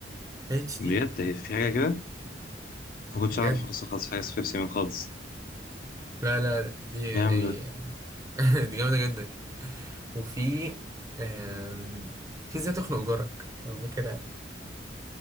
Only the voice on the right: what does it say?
اتش
دي
بجد
لا لا دي يعني
<laughs> دي جامده جدا وفي آم، في ازاي تخنق جارك لو فاكرها ما